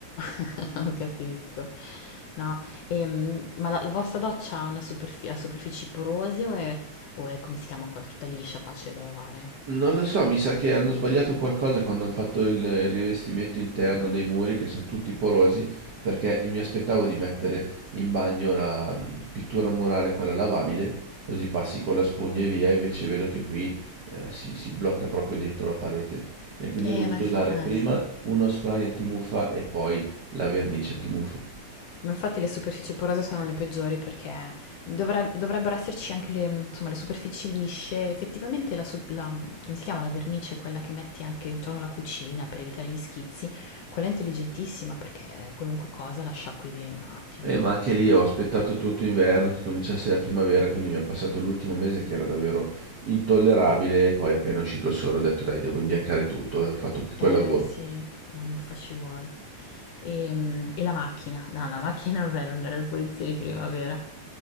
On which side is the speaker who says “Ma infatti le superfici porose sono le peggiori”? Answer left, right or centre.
Left